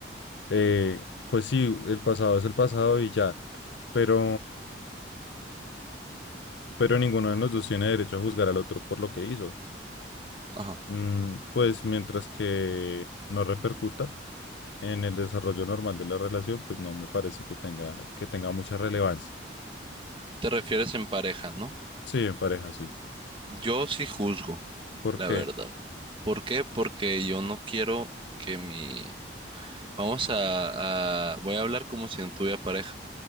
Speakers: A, on the left; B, on the right.
A: eh, pues sí, el pasado es el pasado y ya, pero, pero ninguno de los dos tiene derecho a juzgar al otro por lo que hizo.
B: Ajá.
A: Mm, pues mientras que no repercuta en el desarrollo normal de la relación, pues no me parece que tenga, que tenga mucha relevancia.
B: Te refieres en pareja, ¿no?
A: Sí, en pareja sí.
B: Yo sí juzgo,
A: ¿Por
B: la
A: qué?
B: verdad. ¿Por qué? Porque yo no quiero que mi... Vamos a... a- Voy a hablar como si no tuviera pareja.